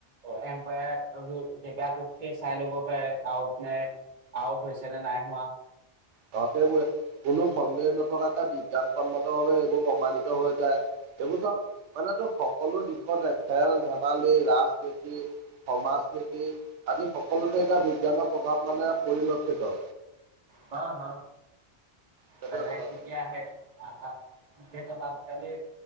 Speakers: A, on the right; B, on the right.
A: অ', এম্পায়াৰ <unintelligible> জেগাটোত ৰখি চাই ল'ব পাৰে আউট নাই। আউট হৈছে নে নাই হোৱা
B: ক সেইবোৰে কোনো সন্দেহ নথকাকে বিজ্ঞানসন্মত ভাৱে এইবোৰ প্ৰমাণিত হৈ যায় এইবোৰ চব মানেটো সকলো দিশ লগতে খেল ধেমালি ৰাজনীতি সমাজ নীতি আদি সকলোতে এতিয়া বিজ্ঞানৰ প্ৰভাৱ মানে পৰিলক্ষিত।
A: হা হা
B: সেইটোৱে
A: জনাই
B: কথাটো
A: কেতিয়া আহে আ <unintelligible> আজিকালি